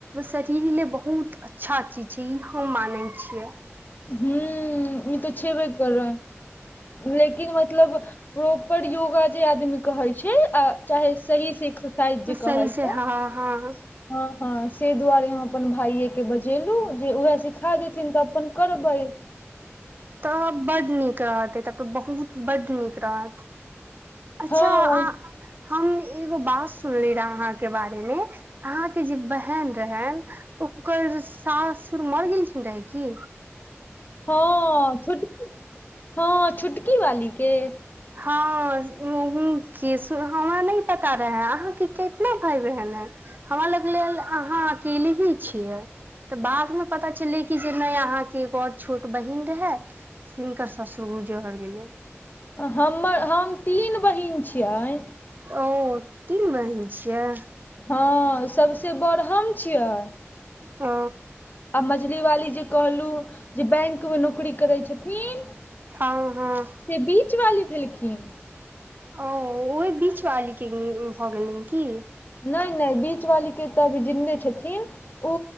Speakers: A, on the right (about 45°); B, on the left (about 40°).
A: शरीर ल लेल बहुत अच्छा चीज छै ई हम मानै छियै
B: हू ई तो छेबे कर रहे हैं लेकिन मतलब प्रॉपर योगा जे आदमी कहै छै आ चाहे सही से एक्सरसाइज जे
A: सही
B: कहै
A: से
B: छै
A: हँ हँ
B: हँ हँ ताहि दुआरे हम अपन भाइयके बजेलहुँ जे उएह सिखा देथिन तऽ अपन कर बइ
A: तऽ बड नीक रहते तब तऽ बहुत बड नीक रहत अच्छा
B: हँ
A: हम एगो बात सुनले रहे अहाँके बारे मे अहाँके जे बहन रहै उपकर सासुर मर गेलखिन रहै कि
B: हँ छोटकी हँ छोटकी वालीके
A: हँ उ क हमरा नहि पता रहेै अहाके कितना भाय बहन है हमरा लग लेल अहाँ अकेले ही छियै तऽ बाद मे पता चलले कि जे नहि अहाँके पर छोट बहिन रहे हिनकर ससुर गुजर गेलै
B: हमर हम तीन बहिन छियै
A: ओ तीन बहीन छियै
B: हँ सबसे बड़हम छियै
A: आ
B: आ मझली वाली जे कहलु जे बैंक मे नौकरी करै छथिन
A: हँ हँ
B: से बीच वाली भेलखिन
A: ओ ओहि बीच वाली के भऽ गेलनि की
B: नहि नहि बीच वाली के तऽ अभी जिंदे छथिन ओ